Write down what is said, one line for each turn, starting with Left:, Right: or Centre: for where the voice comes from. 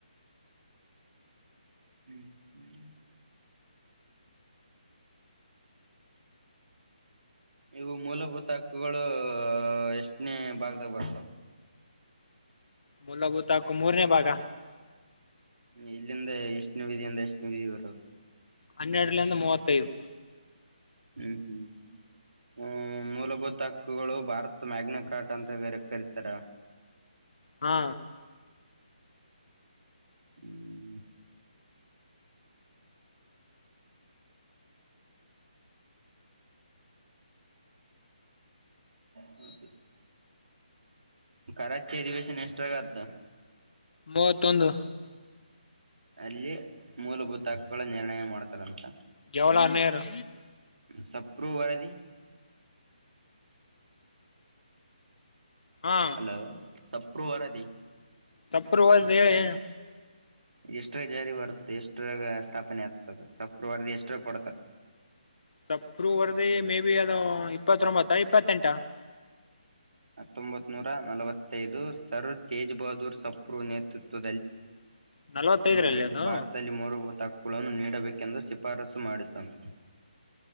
Right: ಹ್ಮ್ ಹ್ಮ್ ಇವು ಮೂಲಭೂತ ಹಕ್ಕುಗಳು ಎಷ್ಟನೇ ಭಾಗದಾಗ ಬರ್ತು
Left: ಮೂಲಭೂತ ಹಾಕು ಮೂರನೇ ಭಾಗ
Right: ಇಲ್ಲಿಂದ ಎಷ್ಟನೇ ವಿಧಿಯಂದ ಎಷ್ಟನ ವಿಧಿ ಬರದು
Left: ಹನ್ನೆರಲಂದ ಮೂವತ್ತು ಹತ್ತೈದು
Right: ಹ್ಮ್ ಹ್ಮ್ ಹ್ಮ ಮೂಲಭೂತ ಹಕ್ಕುಗಳು ಭಾರತ್ ಮ್ಯಾಗ್ನಕಾಟ್ ಅಂತ ಕರಿತಾರ
Left: ಹಾ
Right: ಹ್ಮ್ ಹೌದು <inaudible> ಕರ ಚರಿವೇಶನ್ ಎಕ್ಸ್ಟ್ರಾ ಕ್ದ
Left: ಮೂವತ್ತೊಂದು
Right: ಅಲ್ಲಿ ಮೂಲಭೂತ ಹಕ್ಕುಳ ನಿರ್ಣಯ ಮಾಡ್ತಾರಂತ
Left: ಜವಾಹರ್ಲಾಲ್ ನೆಹರು
Right: ಸಪ್ರೂ ವದ
Left: ಹಾ
Right: ಹಲೋ ಸ ಪವರದಿ
Left: ತಪ್ಪು್ರವ್ದ ಹೇಳಿ
Right: ಎಷ್ಟ್ರ ಜಾರಿ ಬರುತ್ತ ಎಷ್ಟಾಗ ಸ್ಥಾಪನೆ ಆಗ್ತದೆ ಸಪ್ರವಾರದ ಎಷ್ಟ್ರಾಗ ಕೊಡ್ತಾರ
Left: ಸಪರುೂ ವರ್ದಿ ಮೇ ಬಿಿ ಅದು ಇಪ್ಪತ್ತೊಂಬತ್ತ ಇಪ್ಪತ್ತೆಂಟ
Right: ಹತ್ತೊಂಬತ್ ನೂರ ನಲವತ್ತೈದು ಸರ್ ತೇಜ್ ಬಹದ್ದೂರ್ ಸಪ್ಪರು ನೇತೃತ್ವ
Left: ನಲ್ವತ್ತೈದರಲ್ಲಿ
Right: ಈ ಸಮಿತಿ
Left: ಅದು
Right: ಭಾರತದಲ್ಲಿ ಮೂರ ಹಕ್ಕುಗಳನ್ನು ನೀಡಬೇಕೆಂದು ಪರಸು ಮಾಡುತ್ತುತ್ತದೆ